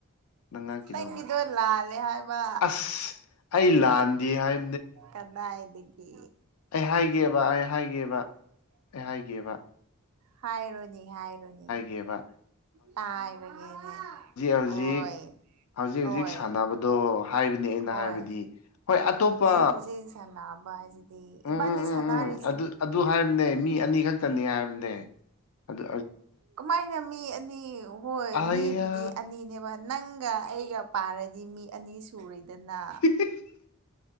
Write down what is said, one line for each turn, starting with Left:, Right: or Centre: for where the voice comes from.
Left: ꯅꯪ ꯉꯥꯡꯈꯤꯅꯣꯕ
Right: ꯅꯪꯒꯤꯗꯣ ꯂꯜꯂꯦ ꯍꯥꯏꯕ
Left: ꯑꯁ ꯑꯩ ꯂꯥꯟꯗꯦ ꯍꯥꯏ
Right: ꯀꯗꯥꯢꯗꯒꯤ
Left: ꯑꯩ ꯍꯥꯏꯒꯦꯕ ꯑꯩ ꯍꯥꯏꯒꯦꯕ ꯑꯩ ꯍꯥꯏꯒꯦꯕ
Right: ꯍꯥꯏꯔꯣꯅꯤ ꯍꯥꯏꯔꯣꯅꯤ
Left: ꯒꯦꯕ
Right: ꯇꯥꯏꯔꯒꯦꯅꯦ
Left: ꯍꯧꯖꯤꯛ
Right: ꯍꯣꯢ
Left: ꯍꯧꯖꯤꯛ ꯍꯧꯖꯤꯛ
Right: ꯍꯣꯏ
Left: ꯁꯥꯟꯅꯕꯗꯣ ꯍꯥꯏꯕꯅꯤ ꯑꯩꯅ
Right: ꯍꯣꯏ
Left: ꯍꯥꯏꯕꯗꯤ ꯍꯣꯏ ꯑꯇꯣꯞꯄ
Right: ꯍꯧꯖꯤꯛ ꯍꯧꯖꯤꯛ ꯄꯩꯁꯥ ꯅꯥꯕ ꯍꯥꯏꯁꯤꯗꯤ
Left: ꯎꯝ
Right: ꯏꯕꯥꯅꯤ
Left: ꯎꯝ ꯎꯝ
Right: ꯁꯥꯟꯅꯔꯤ
Left: ꯎꯝ ꯑꯗꯨ ꯑꯗꯨ ꯍꯥꯏꯕꯅꯦ ꯃꯤ ꯑꯅꯤ ꯈꯛꯇꯅꯤ ꯍꯥꯏꯕꯅꯦ ꯑꯗꯨ
Right: ꯀꯃꯥꯏꯅ ꯃꯤ ꯑꯅꯤ ꯍꯣꯏ
Left: ꯑꯌꯥ
Right: ꯃꯤꯕꯨꯗꯤ ꯑꯅꯤꯅꯦꯕ ꯅꯪꯒ ꯑꯩꯒ ꯄꯥꯔꯗꯤ ꯃꯤ ꯑꯅꯤ ꯁꯨꯔꯤꯗꯅ
Left: <unintelligible>